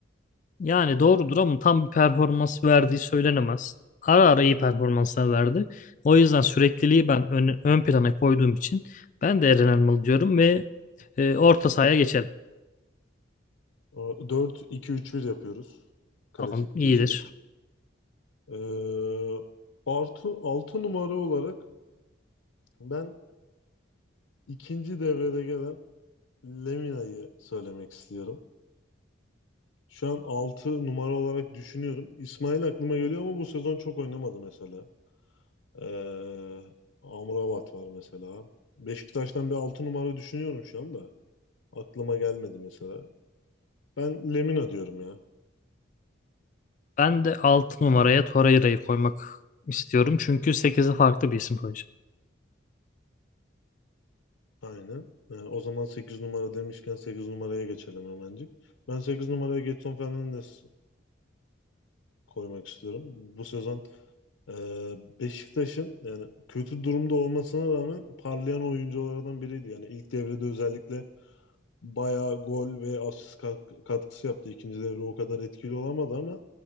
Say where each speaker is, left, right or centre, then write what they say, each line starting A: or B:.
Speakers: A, on the left; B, on the left.
A: yani doğrudur ama tam bir performans verdiği söylenemez. Ara ara iyi performanslar verdi. O yüzden sürekliliği ben ön, ön plana koyduğum için ben de Eren Elmalı diyorum ve e, orta sahaya geçelim.
B: E, 4-2-3-1 yapıyoruz. Klasik
A: Tamam, iyidir.
B: diziliş. E, artı 6 numara olarak ben ikinci devrede gelen Lemina'yı söylemek istiyorum. Şu an 6 numara olarak düşünüyorum. İsmail aklıma geliyor ama bu sezon çok oynamadı mesela. Ee, Amrabat var mesela. Beşiktaş'tan bir 6 numara düşünüyorum şu anda. Aklıma gelmedi mesela. Ben Lemina diyorum ya.
A: Ben de 6 numaraya Torreira'yı koymak istiyorum. Çünkü sekize farklı bir isim koyacağım.
B: Aynen. Ee, o zaman 8 numara demişken 8 numaraya geçelim hemencik. Ben 8 numaraya Gedson Fernandes koymak istiyorum. Bu sezon e, Beşiktaş'ın yani kötü durumda olmasına rağmen parlayan oyunculardan biriydi. Yani ilk devrede özellikle bayağı gol ve asist kalk- katkısı yaptı. İkinci devre o kadar etkili olamadı ama